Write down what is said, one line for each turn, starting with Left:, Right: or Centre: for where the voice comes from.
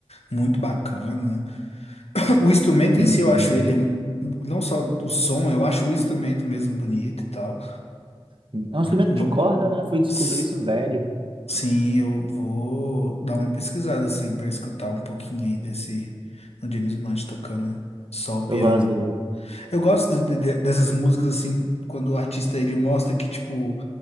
Left: muito bacana. <clears throat> O instrumento
Right: Sim,
Left: em si, eu acho ele, não só o som, eu acho o instrumento mesmo bonito e tal.
Right: sim. É um instrumento
Left: Vou
Right: de corda, né? Eu fui descobrir
Left: S-
Right: isso velho.
Left: Sim, eu vou dar uma pesquisada assim para escutar um pouquinho aí desse do James Blunt tocando só o piano.
Right: Eu gosto dele.
Left: Eu gosto de- de- dessas músicas assim quando o artista ele mostra que tipo